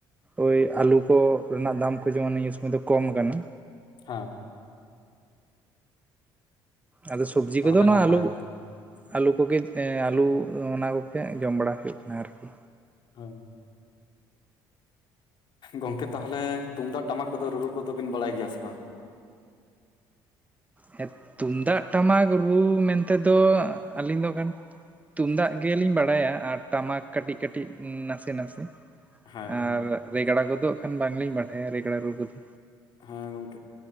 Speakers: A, on the right; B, on the left.
A: ᱳᱭ ᱟᱹᱞᱩ ᱠᱚ ᱨᱮᱱᱟᱜ ᱫᱟᱢ ᱠᱚ ᱡᱮᱢᱚᱱ ᱱᱤᱭᱟᱹ ᱥᱚᱢᱚᱭ ᱫᱚ ᱠᱚᱢ ᱠᱟᱱᱟ,
B: ᱦᱮᱸ᱾
A: ᱟᱫᱚ ᱥᱚᱵᱡᱤ
B: ᱛᱟᱦᱚᱞᱮ
A: ᱠᱚᱫᱚ ᱱᱚᱣᱟ
B: ᱱᱟᱯᱟᱭ
A: ᱟᱞᱩ
B: ᱜᱮ
A: ᱟᱹᱞᱩ ᱠᱚᱜᱮ ᱮᱸ ᱟᱹᱞᱩ ᱚᱱᱟ ᱠᱚᱜᱮ ᱡᱚᱢ ᱵᱟᱲᱟ ᱦᱩᱭᱩᱜ ᱠᱟᱱᱟ ᱟᱨᱠᱤ᱾
B: ᱦᱳᱭ᱾ ᱜᱚᱝᱠᱮ ᱛᱟᱦᱚᱞᱮ ᱛᱩᱢᱫᱟᱜ ᱴᱟᱢᱟᱠ ᱠᱚᱫᱚ ᱨᱩ ᱨᱩ ᱠᱚᱫᱚ ᱵᱤᱱ ᱵᱟᱲᱟᱭ ᱜᱮᱭᱟ ᱥᱮ ᱵᱟᱝ?
A: ᱦᱮᱸ ᱛᱩᱢᱫᱟᱜ ᱴᱟᱢᱟᱠ ᱨᱩ ᱢᱮᱱᱛᱮ ᱫᱚ ᱟᱹᱞᱤᱧ ᱫᱚ ᱠᱟᱱ ᱛᱩᱢᱫᱟᱜ ᱜᱮᱞᱤᱧ ᱵᱟᱲᱟᱭᱟ ᱟᱨ ᱴᱟᱢᱟᱠ ᱠᱟᱹᱴᱤᱡ ᱠᱟᱹᱴᱤᱡ ᱱᱟᱥᱮ ᱱᱟᱥᱮ᱾
B: ᱦᱮᱸ
A: ᱟᱨ ᱨᱮᱜᱽᱲᱟ ᱠᱚᱫᱚ ᱦᱟᱸᱜ ᱠᱷᱟᱱ ᱵᱟᱝᱞᱤᱧ ᱵᱟᱰᱟᱭᱟ ᱨᱮᱜᱽᱲᱟ ᱨᱩ ᱠᱚᱫᱚ᱾
B: ᱦᱮᱸ ᱜᱚᱢᱠᱮ